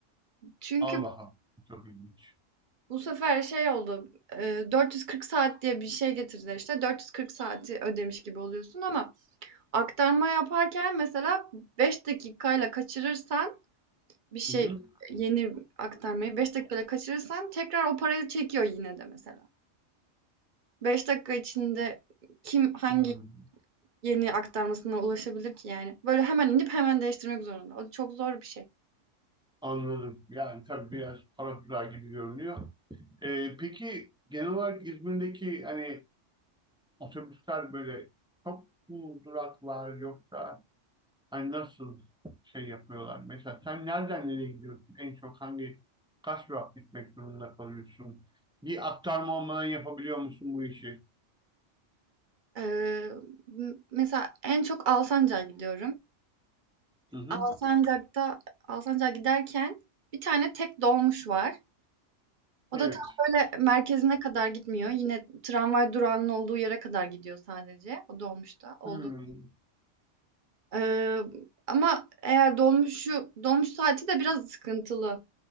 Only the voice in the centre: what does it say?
Allah'a çok ilginç.
Hı hı.
Hı.
Anladım. Yani tabii biraz para tuzağı gibi görünüyor. E, peki genel olarak İzmir'deki hani otobüsler böyle çok mu durak var yoksa Hani nasıl şey yapıyorlar? Mesela sen nereden nereye gidiyorsun? En çok hangi kaç durak gitmek durumunda kalıyorsun? Bir aktarma olmadan yapabiliyor musun bu işi?
Hı hı.
Evet.
Hmm.